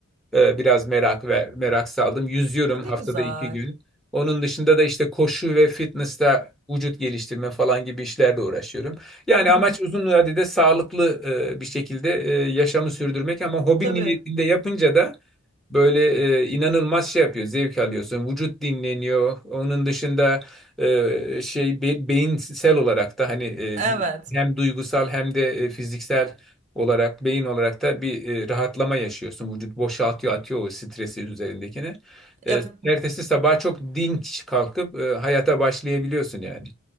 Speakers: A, in the centre; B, on the right.
A: ee, Biraz merak ve merak saldım. Yüzüyorum haftada
B: Ne güzel.
A: iki gün. Onun dışında da işte koşu ve fitness'ta vücut geliştirme falan gibi işlerle uğraşıyorum. Yani
B: Hı hı.
A: amaç uzun vadede sağlıklı e, bir şekilde e, yaşamı sürdürmek ama hobi
B: Tabii.
A: niyetinde yapınca da Böyle e, inanılmaz şey yapıyor, zevk alıyorsun. Vücut dinleniyor. Onun dışında e, şey be- beyinsel olarak da hani e,
B: Evet.
A: bir- hem duygusal hem de e, fiziksel olarak beyin olarak da bir e, rahatlama yaşıyorsun. Vücut boşaltıyor, atıyor o stresi üzerindekini. E,
B: Ya
A: ertesi sabah çok dinç kalkıp e, hayata başlayabiliyorsun yani.